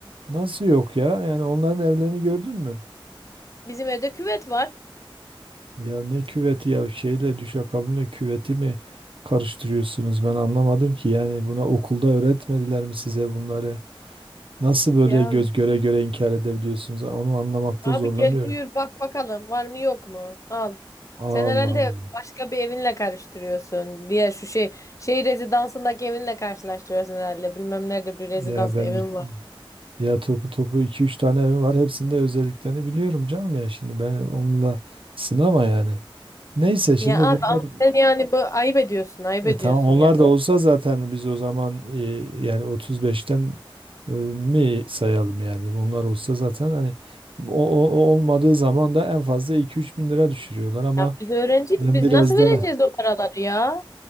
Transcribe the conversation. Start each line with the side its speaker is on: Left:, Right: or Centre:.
Right: Nasıl yok ya? Yani onların evlerini gördün mü?
Left: Bizim evde küvet var.
Right: Ya ne küveti ya şeyle düşakabinle küveti mi karıştırıyorsunuz? Ben anlamadım ki. Yani buna okulda öğretmediler mi size bunları? Nasıl böyle
Left: Ya
Right: göz göre göre inkar edebiliyorsunuz? Onu anlamakta
Left: Abi
Right: zorlanıyorum.
Left: gel buyur bak bakalım var mı yok mu? Al.
Right: Allah
Left: Sen herhalde
Right: Allah.
Left: başka bir evinle karıştırıyorsun. Diğer şu şey şey rezidansındaki evinle karşılaştırıyorsun herhalde. Bilmem nerede bir rezidansta
Right: Ya ben
Left: evim
Right: bir-
Left: var.
Right: ya topu topu iki üç tane evim var. Hepsinde özelliklerini biliyorum canım ya. Şimdi ben onunla sınama yani. Neyse şimdi
Left: Ya
Right: bunlar
Left: abi ama sen yani bu ayıp ediyorsun, ayıp
Right: E,
Left: ediyorsun
Right: tamam onlar
Left: yani.
Right: da olsa zaten biz o zaman e, yani 35'ten e, mi sayalım yani onlar olsa zaten hani o, o- o olmadığı zaman da en fazla 2-3 bin lira düşürüyorlar ama
Left: Ya biz öğrenciyiz.
Right: ben
Left: Biz
Right: biraz
Left: nasıl vereceğiz
Right: da
Left: o paraları ya?